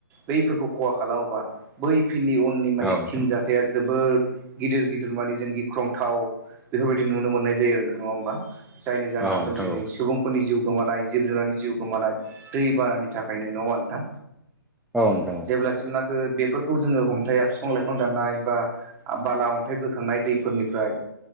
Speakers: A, on the right; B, in the centre.
A: बैफोरखौ खहा खालामोबा बै फिननि उननि माने
B: औ नोंथां
A: फिनजाथाया जोबोद गिदिर गिदिर बादि जों गिख्रंथाव बेफोरबायदि नुनो मोननाय जायो नोंथां नङा होमबा जायनि जाहोनाव
B: औ नोंथां
A: जों दिनै
B: औ
A: सुबुंफोरनि जिउ गोमानाय जिब जुनारनि जिउ गोमानाय दै बारानि थाखायनो नङाहोनबा नोंथां
B: औ नोंथां
A: जेब्लासिम नाखो बेफोरखौ जोङो हमथाया बिफां लाइफां दाननाय बा बाला अन्थाइ बोखांनाय दैफोरनिफ्राय